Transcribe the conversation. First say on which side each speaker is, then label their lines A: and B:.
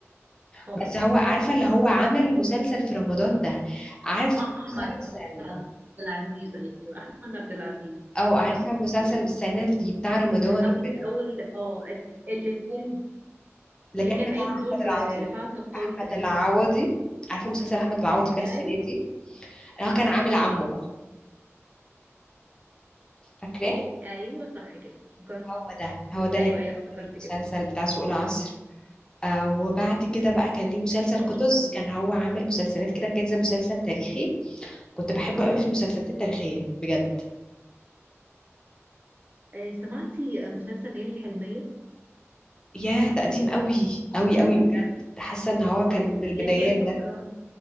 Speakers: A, on the right; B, on the left.
A: اه
B: بس
A: آه.
B: هو عارفه اللي هو عمل مسلسل في رمضان ده عارفه
A: اسمه احمد
B: مسلسل
A: عبد العزيز ايوه احمد عبد العزيز
B: او
A: افتكرت
B: عارفه مسلسل
A: كده
B: السنه دي بتاع رمضان
A: اول
B: ب-
A: اول اه اللي كان
B: اللي
A: اللي
B: كان
A: كان
B: بتاع
A: قايم
B: احمد
A: بدور
B: العوضي
A: آه، رفاعة الطهطاوي
B: احمد
A: تقريبا
B: العوضي عارفه مسلسل احمد العوضي بتاع
A: ايوه
B: السنه دي اللي
A: ايوه
B: هو كان عامل عمه بقى فاكراه
A: ايوه صح كده افتكرت
B: هو ده هو ده
A: ايوه
B: اللي كان
A: ايوه افتكرت
B: في المسلسل
A: كده
B: بتاع سوق العصر آه وبعد كده بقى كان ليه مسلسل قطز
A: جميل أوي.
B: كان هو عامل مسلسلات كده كان زي مسلسل تاريخي كنت بحبه قوي في المسلسلات التاريخية بجد
A: آه سمعتي آه، مسلسل ليالي الحلمية
B: يا تقديم قوي قوي قوي
A: ايوه
B: بجد حاسة ان هو
A: آه،
B: كان من البدايات
A: يحيى الفخراني
B: ده